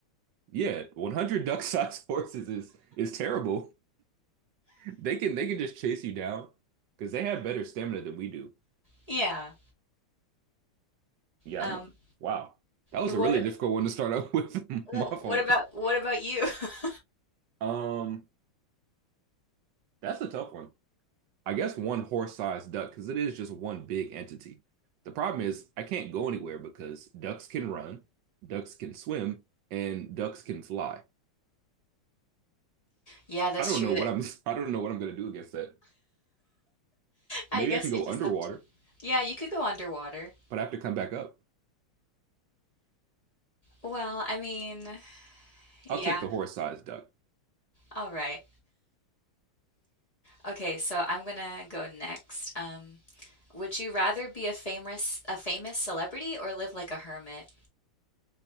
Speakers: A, on the right (about 70°); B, on the left (about 15°).
A: Yeah, 100 duck-sized <laughs> horses is is terrible. They can they can just chase you down because they have better stamina than we do.
B: Yeah.
A: Yeah,
B: Um,
A: I'm, wow. That was
B: and
A: a
B: what
A: really difficult one to start up with.
B: well,
A: <laughs> My fault.
B: what about what about you? <laughs>
A: Um, that's a tough one. I guess one horse-sized duck because it is just one big entity. The problem is I can't go anywhere because ducks can run, ducks can swim, and ducks can fly.
B: Yeah, that's
A: I don't
B: true.
A: know
B: That
A: what I'm <laughs> I don't know what I'm gonna do against that.
B: I
A: Maybe
B: guess
A: I can go
B: you just
A: underwater,
B: have to. Yeah, you could go underwater.
A: but I have to come back up.
B: well, I mean, yeah,
A: I'll take the horse-sized duck.
B: all right. Okay, so I'm gonna go next. Um, would you rather be a famous a famous celebrity or live like a hermit?